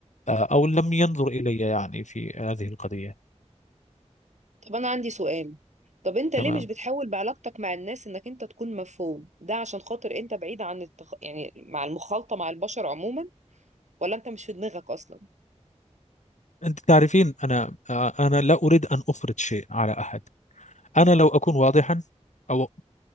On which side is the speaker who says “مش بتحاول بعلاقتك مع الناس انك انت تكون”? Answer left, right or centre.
Right